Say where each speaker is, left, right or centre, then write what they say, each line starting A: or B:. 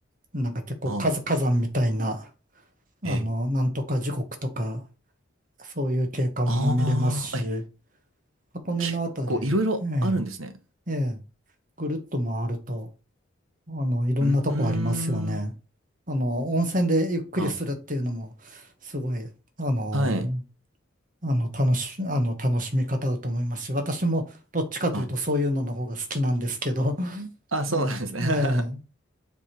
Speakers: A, on the right (about 40°); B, on the right (about 80°).
A: なんか結構火山火山みたいな、
B: ああ、
A: あの、
B: え、
A: なんとか地獄とか、そういう景観も見れますし、
B: ああ、え、
A: 箱根のあたり、
B: 結構いろいろあるんですね。
A: ええええぐるっと回ると、あの、いろんなとこありますよね。
B: うん、うーん。
A: あの、温泉でゆっくりするっていうのも、
B: あ、
A: すごい、あの、
B: はい。
A: あの、楽し、あの、楽しみ方だと思いますし、私もどっちかというとそういうのの方が好きなんですけど、
B: あ、
A: <laughs>
B: あ、そうなんですね。
A: ね、ええ、
B: <laughs>